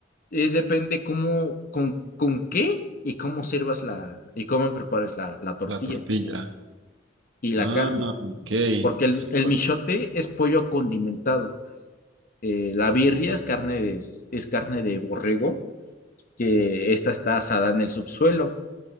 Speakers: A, on the left; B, on the right.
A: es depende cómo, con, con qué y cómo sirvas la, y cómo prepares la, la tortilla
B: La tortilla.
A: y la
B: Ah,
A: carne.
B: ok.
A: Porque
B: Súper.
A: el, el michote es pollo condimentado. Eh, la birria es carne de, es es carne de borrego, que esta está asada en el subsuelo.